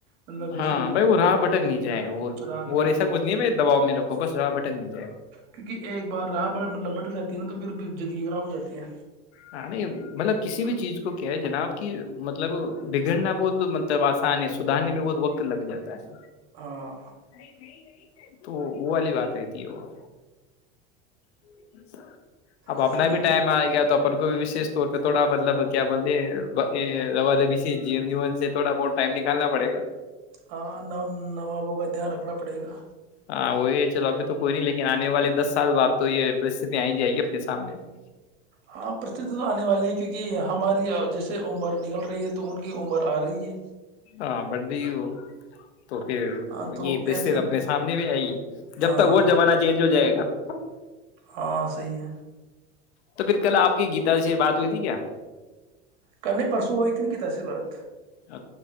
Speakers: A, on the right; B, on the left.
A: مطلب جیسے
B: ہاں بھائی وہ راہ بھٹک
A: لڑکی
B: نہیں جائے اور
A: راہ پٹنے
B: اور ایسا کچھ نہیں ہے بھائی دباؤ میرے کو بس راہ بھٹک نہیں جائے
A: کیونکہ ایک بار راہ مطلب بٹھ جاتی نا تو پھر بھی زندگی خراب ہو جاتی ہے
B: ہ نہیں مطلب کسی بھی چیز کو کیا ہے جناب کہ مطلب بگڑنا بہت مطلب آسان ہے سدھارنے میں بہت وقت لگ جاتا ہے
A: ہاں
B: نہیں نہیں تو وہ والی بات رہتی ہے وہ <inaudible> اب اپنا
A: صحیح
B: بھی
A: ہے
B: ٹائم آئے گیا تو کو بھی وشش طور پہ تھوڑا مطلب کیا بولے ر ربی سے ج جیون سے تھوڑا بت ٹائم نکالنا پڑے گا
A: ہاں نوابوں کا دھیان رکھنا پڑے گا
B: ہاں وہی ہے چلو ابھی تو کوئی نہیں لیکن آنے والے دس سال بد تو یہ پرستتی آ ہی جائے گی اپنے سامنے بھی
A: ہاں پرستتی تو آنے والی ہے کیونکہ ہماری جیسے عمر نکل رہی ہے تو انکی عمر ارہی ہے
B: ہاں بڈی تو پھر
A: ہاں تو
B: یہ پرستے
A: ایسے
B: اپنے سامنے بھی آئے گی
A: ہاں
B: جب تک وہ زمانہ چینج ہو جائے گا <inaudible>
A: ہاں صحیح ہے
B: تو پھر کل آپ کی گیتا سے بات ہوئی تھی کیا
A: کل نہیں پرسوں ہوئی تھی ن کتا سے بات
B: ا